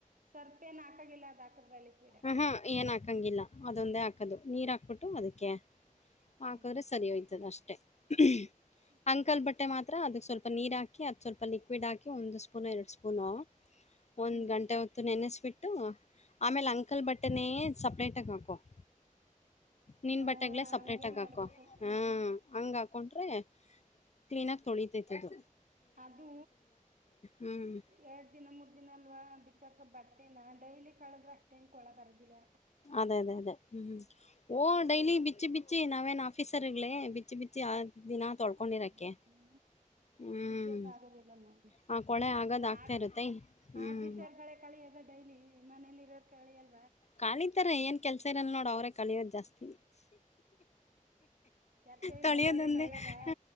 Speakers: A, on the right; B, on the left.
A: ಸರ್ಪೇನ್ ಹಾಕಂಗಿಲ್ಲ ಅದ ಹಾಕದ್ರ ಲಿಕ್ವಿಡ್
B: ಆಹಾ! ಏನ್ ಹಾಕಂಗಿಲ್ಲ. ಅದೊಂದೇ ಹಾಕದು ನೀರ್ ಹಾಕ್. ಹಾಕ್ಬಿಟ್ಟು ಅದಕ್ಕೆ
A: ಹ್ಮ್
B: ಹಾಕದ್ರೆ
A: ಹ್ಮ್
B: ಸರಿ ಹೋಯ್ತದೆ ಅಷ್ಟೇ. <inaudible>
A: ಅಷ್ಟೇ
B: ಅಂಕಲ್ ಬಟ್ಟೆ ಮಾ ತ್ರ ಅದಕ್ ಸ್ವಲ್ಪ ನೀರ್ ಹಾಕಿ ಅದ್ ಸ್ವಲ್ಪ ಲಿಕ್ವಿಡ್ ಹಾಕಿ ಒಂದು ಸ್ಪೂನ್ ಎರಡು ಸ್ಪೂನೋ ಒಂದ್
A: ಹ್ಮ್
B: ಗಂಟೆ ಒ ನೆನ್ಸ್ ಬಿಟ್ಟು ಆಮೇಲೆ ಅಂಕಲ್ ಬಟ್ಟೆನೇ ಸಪರೇಟ್ ಆಗಿ <unintelligible> ನಿನ್ನ್
A: ಹ
B: ಬಟ್ಟೆಗಳೆ ಸಪ್ರೇಟ್
A: ಹಂಗೆ
B: ಆಗಿ
A: ಮಾಡ್ಬೇಕು
B: ಹಾಕೋ ಹ್ಮು
A: ಹ್ಮ
B: ಹಂಗಾ <unintelligible> ಕೊಟ್ರೇ ಕ್ಲೀನ್ ಆಗಿ ತೊಳಿತೈತಿ ಅದು.
A: ಅದು
B: ಹ್ಮ್.
A: ಎರಡ್ ದಿನ ಮೂರ್ ದಿನ ಅಲ್ವಾ ಬಿಚ್ಚಾಕ ಬ <unintelligible> ಡೈಲಿ ಕಳದ್ರೆ ಅಷ್ಟೇನ್ ಕೊಳ <unintelligible>
B: ಅದೇ ಅದೇ ಅದೇ ಹ್ಮು. ಓ
A: ಇವರು
B: ಡೈಲಿ ಬಿಚ್ಚಿ ಬಿಚ್ಚಿ ನಾವೇನ್ ಹಾ ಆಫೀಸರಗಳೇ ಬಿಚ್ಚಿ ಬಿಚ್ಚಿ ಆ ದಿನ ತೊಳ್ಕೊಂಡಿರಕ್ಕೆ
A: ಹ್ಮು
B: ಹ್ಮ್
A: ಉಜ್ಜಕ ಆಗೋದಿಲ್ಲಮ್ಮ <unintelligible>
B: ಆ ಕೊಳೆ ಆಗದ್ ಆಗ್ತಾ ಇರುತ್ತೆ ಹ್ಮ್
A: ಈ ಮನೆಯಲ್ಲಿ ಇರೋರ್ ಕಳೆ ಎಲ್ಲ
B: ಕಾಳಿತಾರೆ ಏನ್ ಕೆಲ್ಸ ಇರಲ್ ನೋಡ ಅವ್ರೇ ಕಳಿಯೋದ ಜಾಸ್ತಿ.
A: ಕೆಲ್ಸ ಇಲ್ದಿದವ್ರೆ
B: ತೊಳಿಯ ದೊಂದೇ
A: ಕಳಿಯದ
B: ಹ